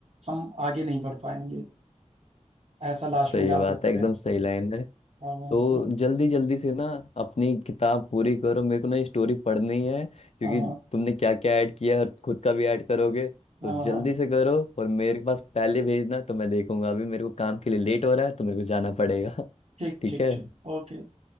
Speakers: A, on the right; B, on the left.
A: हम आगे नहीं बढ़ पाएंगे ऐसा लास्ट
B: सही
A: में डाल
B: बात
A: सकते
B: है एकदम
A: हैं
B: सही लाइन
A: हाँ हाँ
B: तो
A: हाँ
B: जल्दी जल्दी से ना अपनी किताब पूरी करो मेरे को ना ये स्टोरी पढ़नी है क्योंकि
A: हाँ हाँ
B: तुमने क्या क्या ऐड किया है और खुद का भी ऐड करोगे तो
A: हाँ
B: जल्दी
A: हाँ हाँ।
B: से करो और मेरे पास पहले भेजना तो मैं देखूंगा अभी मेरे को काम के लिए लेट हो रहा है तो मेरे को जाना पड़ेगा <laughs>
A: ठीक
B: ठीक
A: ठीक
B: है
A: ठीक ओके